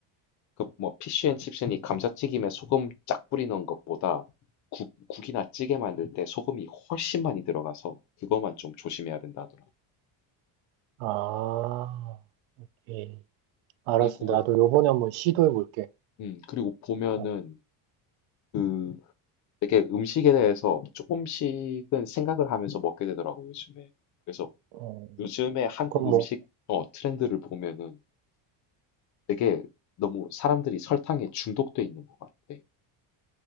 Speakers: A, on the left; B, on the right.
A: 그 뭐 피쉬앤칩스니 감자튀김에 소금 쫙 뿌리는 것보다 국 국이나 찌개 만들 때 소금이 훨씬 많이 들어가서 그거만 좀 조심해야 된다 하더라.
B: 아, 예 알았어.
A: 그리고
B: 나도 요번에 한번 시도해볼게.
A: 음 그리고 보면은
B: 어,
A: 그 되게 음식에 대해서 조금씩은 생각을 하면서 먹게 되더라고 요즘에. 그래서
B: 어.
A: 요즘에 한국
B: 그럼
A: 음식
B: 뭐,
A: 어 트렌드를 보면은 되게 너무 사람들이 설탕에 중독돼 있는 것 같아.